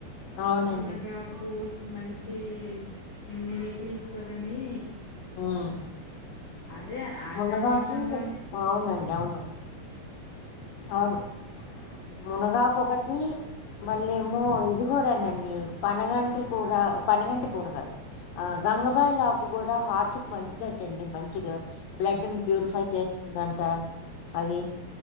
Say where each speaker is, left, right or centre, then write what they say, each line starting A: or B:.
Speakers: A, on the left; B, on the left.
A: అవునండి
B: మనగాకు మంచి ఇమ్యూనిటీ ఇస్తదని.
A: హ్మ్
B: అదే. ఆషాఢమాషంలో.
A: మునగాకు అవునండి అవునవును. అవును. మునగాకు ఒకట్.
B: అ
A: మళ్ళేమో ఇది గుడానండి పనగంటి కూర పనగంటి కూర కాదు. అ గంగబాయిలాకు కూడా హార్టికి మంచిదటండి మంచిగా. బ్లడ్ని ప్యూరిఫై చేస్తుందంట అది.